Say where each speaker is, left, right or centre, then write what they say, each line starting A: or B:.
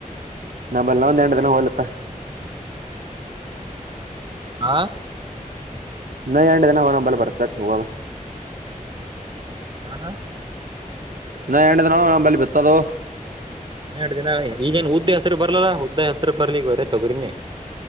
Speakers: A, on the right; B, on the right.
A: ನಂಬಲ್ ನಾ ನೆಂಡ ದನ ಹೋಲತ್ತ
B: ಹ
A: ನ ಆಂಟ ಇನ ಹೊಣ ಬಲ್ ಬರ್ಚ ಹ
B: ಹಾ
A: ಇನ್ನ ಎಂಟ್ ದಿನ ಬಲ್ಲಿ ಬಿತ್ತದು
B: ಹಾ ಎ್ದನ ಈಗೇನ್ ಉದ್ದ ಹೆಸರು ಬರ್ಲಲ್ಲಾ ಉದ್ದ ಹೆಸರು ಬರ್ಲಿ ವರೇ ತೊಗ್ರನಿ